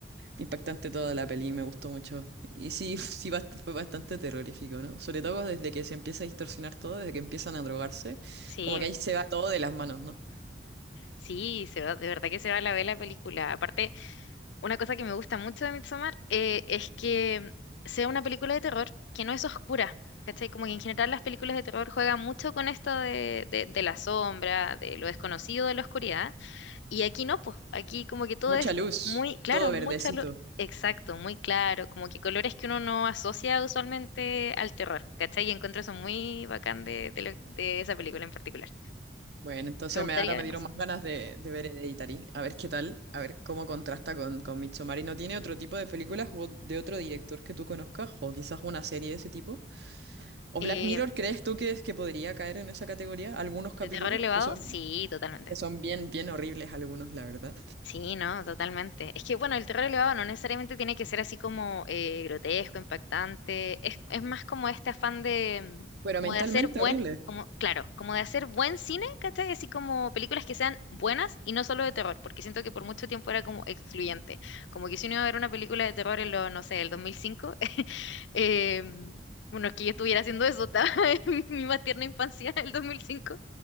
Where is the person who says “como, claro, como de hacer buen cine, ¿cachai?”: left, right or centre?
Left